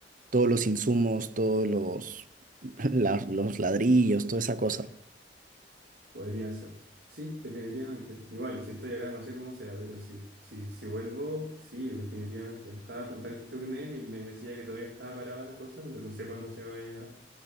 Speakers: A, on the right (about 50°); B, on the right (about 70°).
A: todos los insumos, todos los, <laughs> la- los ladrillos, toda esa cosa.
B: podría ser. Sí, definitivamente. Igual, si estoy acá, no sé cómo sea, pero si, si, si vuelvo, sí, definitivamente. Estaba en contacto con él y me decía que todavía estaba parada la cosa, pero no sé cuándo se vaya